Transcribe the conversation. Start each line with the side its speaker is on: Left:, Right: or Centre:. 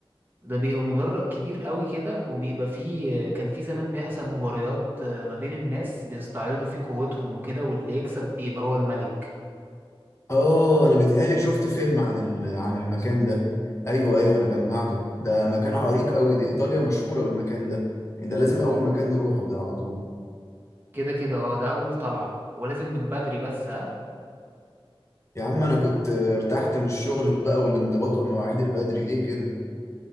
Right: ده بيبقى مدرج كبير قوي كده وبيبقى فيه كان فيه زمان بيحصل مباريات آه، ما بين الناس بيستعرضوا فيه قوتهم وكده واللي يكسب بيبقى هو الملك
Left: اه انا بيتهيألي شفت فيلم عن ال... عن المكان ده ايوه ايوه انا جمعته ده مكان عريق قوي دي ايطاليا مشهوره بالمكان ده يعني ده لازم اول مكان نروحه ده على طول
Right: كده كده اه ده اول طلعة ولازم من بدري بس ها
Left: يا عم انا كنت ارتحت من الشغل بقى والانضباط والمواعيد البدري ليه كده